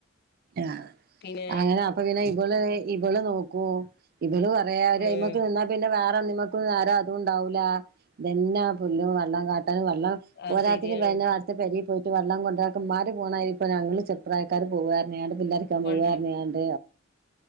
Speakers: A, on the right; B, on the left.
A: ആഹ
B: പിന്നെ
A: അങ്ങനെ അപ്പൊ പിന്നെ ഇവള് ഇവള് നോക്കോ ഇവള് പറയാ ഒരു
B: ഉം
A: മക്ക് നിന്നാ പിന്നെ വേറെ നിമക്ക് നേരും അതുംണ്ടാവില്ല ഇതന്നെ പുല്ലും വെള്ളം കാ വെള്ളം
B: അത്
A: പോരാത്രി
B: ശരിയാണ്
A: വേുന്ന വളത്ത് പെരേ ക പോയി്ട്ട് റ്റ വെള്ളം കൊണ്ടാക്കൻമാര് പോകണ ഇപ്പ ഞങ്ങള് ചെറു പ്രാ യക്കാർ പോവുകാരെയണ്ട് പിള്ളേർരിക്കാൻ
B: കൊണ്ടരാൻ
A: പോവന്നെയാണ്ട്